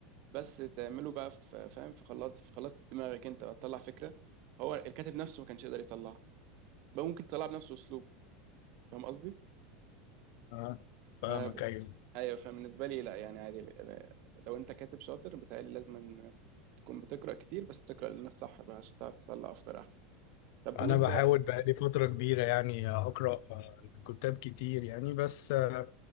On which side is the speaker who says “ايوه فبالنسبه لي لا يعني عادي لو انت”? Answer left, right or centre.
Right